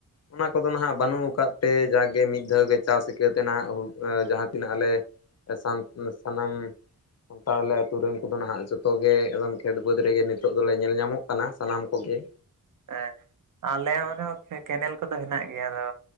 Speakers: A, on the left (about 45°); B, on the right (about 60°).
A: ᱚᱱᱟ ᱠᱚᱫᱚ ᱱᱟᱦᱟᱜ ᱵᱟᱹᱱᱩᱜ ᱟᱠᱟᱫ ᱛᱮ ᱡᱟᱜᱮ ᱢᱤᱫ ᱫᱷᱟᱹᱣ ᱜᱮ ᱪᱟᱥ ᱤᱠᱟᱹᱣᱛᱮ ᱱᱟᱦᱟᱜ ᱦᱩᱲᱩ ᱡᱟᱦᱟᱸ ᱛᱤᱱᱟᱹᱜ ᱟᱞᱮ ᱮ ᱥᱟᱱ, ᱥᱟᱱᱟᱢ ᱛᱟᱦᱞᱮ ᱟᱹᱛᱩ ᱨᱮᱱ ᱠᱚᱫᱚ ᱱᱟᱦᱟᱸᱜ ᱡᱚᱛᱚ ᱜᱮ ᱮᱠᱫᱚᱢ ᱠᱷᱮᱛ ᱵᱟᱹᱫᱽ ᱨᱮᱜᱮ ᱱᱤᱛᱚᱜ ᱫᱚᱞᱮ ᱧᱮᱞ ᱧᱟᱢᱚᱜ ᱠᱟᱱᱟ ᱥᱟᱱᱟᱢ ᱠᱚᱜᱮ
B: ᱦᱮᱸ ᱟᱞᱮ
A: ᱦᱮᱸ
B: ᱚᱱᱟ <unintelligible> ᱠᱮᱱᱮᱞ ᱠᱚᱫᱚ ᱦᱮᱱᱟᱜ ᱜᱮᱭᱟ ᱟᱫᱚ